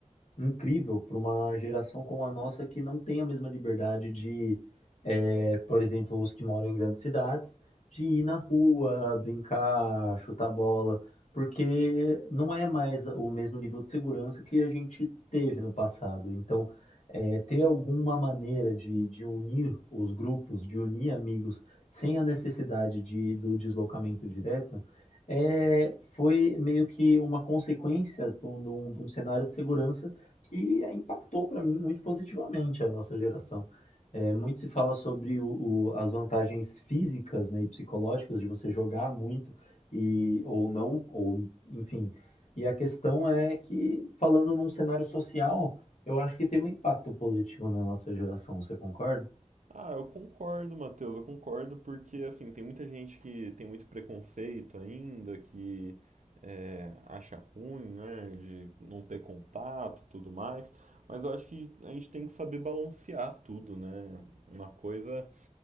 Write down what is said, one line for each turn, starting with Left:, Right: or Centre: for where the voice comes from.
Left: Incrível para uma geração como a nossa que não tem a mesma liberdade de, eh, por exemplo, os que moram em grandes cidades, de ir na rua, brincar, chutar bola, porque não é mais o mesmo nível de segurança que a gente teve no passado. Então, eh, ter alguma maneira de, de unir os grupos, de unir amigos, sem a necessidade de, do deslocamento direto, eh, foi meio que uma consequência de um de um- de um cenário de segurança que impactou para mim muito positivamente a nossa geração. É, muito se fala sobre o- o- as vantagens físicas, né, e psicológicas de você jogar muito e ou não, ou enfim. E a questão é que, falando num cenário social, eu acho que teve um impacto positivo na nossa geração, você concorda?
Right: Ah, eu concordo, Matheus, eu concordo, porque assim, tem muita gente que tem muito preconceito ainda, que é, acha ruim, né, de não ter contato e tudo mais, mas eu acho que a gente tem que saber balancear tudo, né? Uma coisa